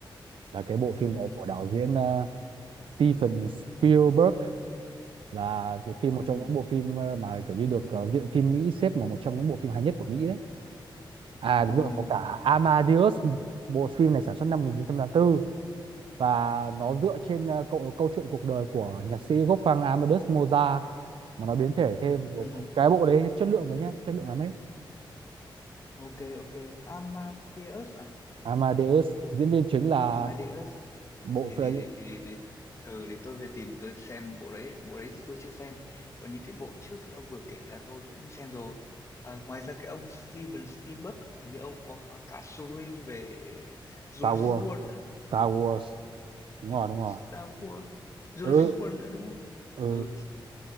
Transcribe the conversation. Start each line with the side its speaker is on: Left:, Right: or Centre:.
Right: là cái bộ phim
Left: Ừ,
Right: này của đạo diễn uh, Steven Spielberg là cái phim
Left: ừ,
Right: một trong những bộ phim uh, mà kiểu như được uh, viện phim Mỹ xếp vào một trong những bộ phim hay nhất của Mỹ đấy à
Left: ừ,
Right: đúng rồi có cả Amadeus bộ phim này sản xuất năm 1984 và nó dựa trên ờ, câu, câu chuyện cuộc đời của nhạc sĩ Wolfgang Amadeus Mozart mà nó biến thể thêm
Left: ừ.
Right: cái bộ đấy chất lượng đấy nhá chất lượng lắm đấy
Left: Ok ok, Amadeus à?
Right: Amadeus diễn viên chính là
Left: Amadeus
Right: bộ
Left: để
Right: phim
Left: để để để để, để. Ừ, để tôi về tìm tôi xem bộ đấy bộ đấy thì tôi chưa xem còn những cái bộ trước thì ông vừa kể là tôi cũng xem rồi à, ngoài ra cái ông Steven Spielberg hình như ông có cả, cả series về Jurassic
Right: Star Wars
Left: World nữa
Right: Star Wars
Left: Ờ,
Right: đúng rồi đúng rồi
Left: Star Wars Jurassic
Right: ừ
Left: World nữa đúng không
Right: ừ
Left: ừ